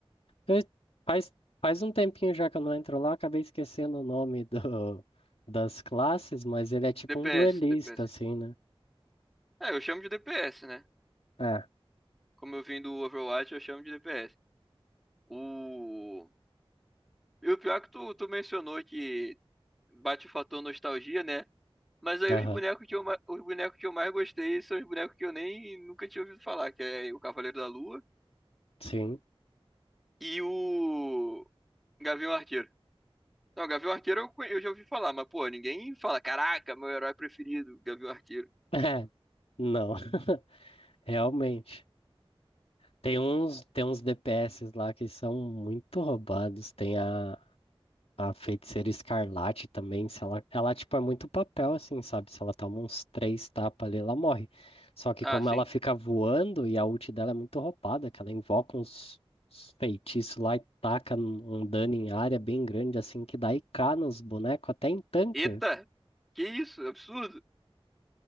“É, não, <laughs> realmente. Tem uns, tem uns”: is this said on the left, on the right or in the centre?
Left